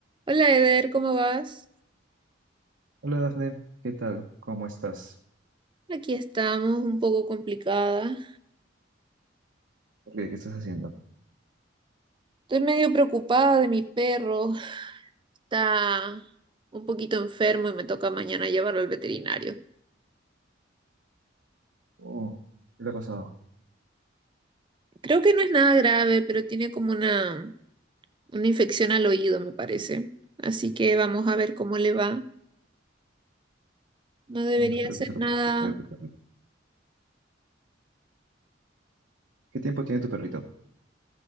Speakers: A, on the right; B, on the right.
A: Hola Eder, ¿cómo vas?
B: Hola Dafne, ¿qué tal? ¿Cómo estás?
A: Aquí estamos, un poco complicada.
B: ¿Por ¿Qué, qué estás haciendo?
A: Estoy medio preocupada de mi perro. Está un poquito enfermo y me toca mañana llevarlo al veterinario.
B: Oh, ¿qué le ha pasado?
A: Creo que no es nada grave, pero tiene como una, una infección al oído, me parece. Así que vamos a ver cómo le va. No debería
B: Mm, Espero
A: ser
B: que se recupere
A: nada.
B: tu perrito. ¿Qué tiempo tiene tu perrito?